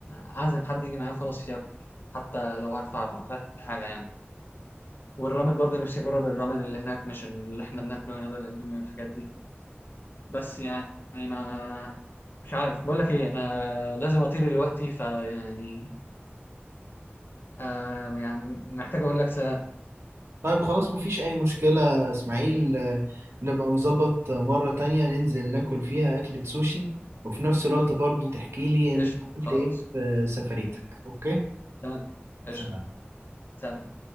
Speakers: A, on the left; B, on the right.
A: اعزم حد يجي معايا خلاص ياكل حتى لو هدفع له ما فيهاش حاجه يعني والرامن برضه نفسي اجرب الرامن اللي هناك مش اللي احنا بناكله هنا ده الاندومي والحاجات دي بس يعني ما مش عارف بقول لك ايه انا لازم اطير دلوقتي فيعني آه يعني محتاج اقول لك سلام
B: طيب خلاص مفيش أي مشكلة يا إسماعيل آه، نبقى نظبط مرة تانية ننزل ناكل فيها أكلة سوشي وفي نفس الوقت برضو تحكيلي
A: قشطه
B: أنت عملت
A: خلاص
B: إيه في سفريتك أوكي؟
A: تمام قشطه
B: سلام
A: سلام